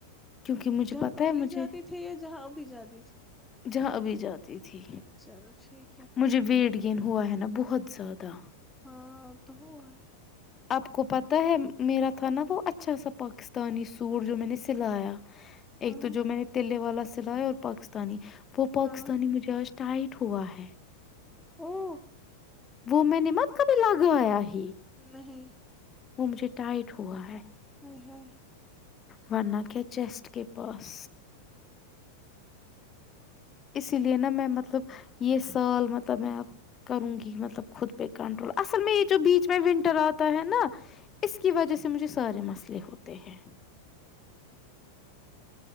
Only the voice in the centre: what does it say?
جہاں
پہلے
جاتے تھے یا جہاں ابھی جاتی تھی جی <unintelligible>
چلو ٹھیک ہے پھر
ہاں تو ہو ہے
ہاں
ہاں
او
نہیں
ہ ہ